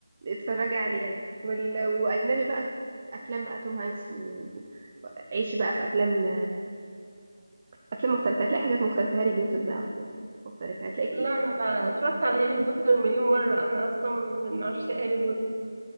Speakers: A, on the right (about 35°); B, on the right (about 55°).
A: اتفرجي عليها وال... واجنبي بقى افلام بقى توم هانكس وعيشي بقى في افلام افلام مختلفه هتلاقي حاجات مختلفه هاري بوتر بقى وحاجات مختلفه هتلاقي كتير
B: لا أنا بقى اتفرجت على هاري بوتر مليون مرة أنا أصلا من عشاق هاري بوتر